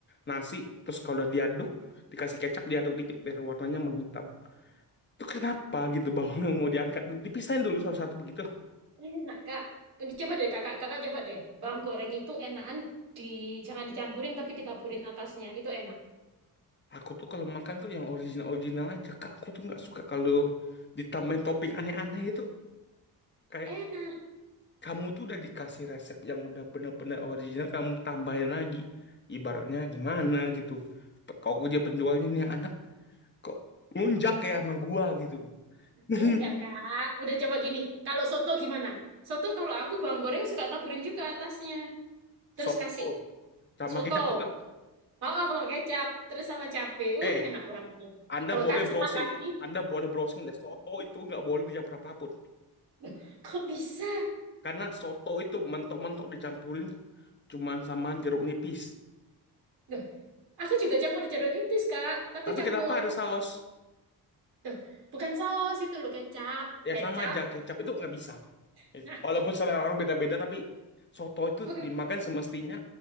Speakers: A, on the left (about 30°); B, on the right (about 80°).
A: nasi terus kalau udah diaduk dikasih kecap diaduk dikit biar warnanya menghitam itu kenapa gitu bawangnya mau diangkat dulu dipisahin dulu satu-satu begitu
B: enak, Kak. Eh, Coba deh, Kakak. Kakak coba deh. Bawang goreng itu enakan di jangan dicampurin tapi ditaburin atasnya. Itu enak.
A: aku tuh kalau makan tuh yang original original aja kak aku tuh nggak suka kalau ditambahin topping aneh-aneh itu kayak
B: Enak.
A: kamu tuh udah dikasih resep yang udah bener-bener original kamu tambahin lagi ibaratnya gimana gitu Pe- kok dia penjualnya nih anak kok nunjak ya sama gua gitu <laughs>
B: Enggak, Kak. Udah coba gini. Kalau soto gimana? Soto kalau aku bawang goreng suka taburin juga atasnya. Terus
A: soto
B: kasih
A: sama
B: soto.
A: kecap juga
B: Oh, oh, kalau kecap. Terus sama cabe.
A: eh
B: Uh, enak banget.
A: Anda
B: Tuh
A: boleh
B: kan salah
A: browsing
B: lagi.
A: ya Anda boleh browsing deh soto itu nggak boleh dicampur apapun
B: Loh, Kok bisa?
A: karena soto itu mentok-mentok dicampurin cuman sama jeruk nipis
B: Duh, aku juga campur jeruk nipis, Kak. Tapi
A: tapi
B: campur,
A: kenapa ada saus
B: duh, bukan saus itu loh, kecap.
A: ya
B: Kecap.
A: sama aja kecap itu nggak bisa
B: <laughs>
A: If-
B: Aduh,
A: Walaupun selera orang beda-beda, tapi soto itu
B: kok gak
A: dimakan
B: bisa?
A: semestinya